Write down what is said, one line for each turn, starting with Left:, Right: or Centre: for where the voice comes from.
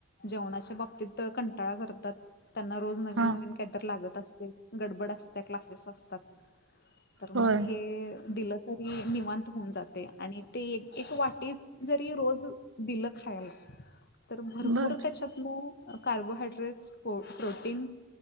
Left: जेवणाच्या बाबतीत तर कंट.. टाळा करतात त्यांना रोज नवीन
Right: हा
Left: नवीन कायतरी लागत अस गडबड असतीया क्लासेस असतात. तर
Right: होय
Left: मग हे दिलं.. तरी निवांत होऊन जातयं आणि ते एक एक वाटी जरी रोज दिलं खायाला.... तर भरपूर
Right: बर
Left: त्याच्यातन.. कार्बोहायड्रेट्स प्रो प्रोटीन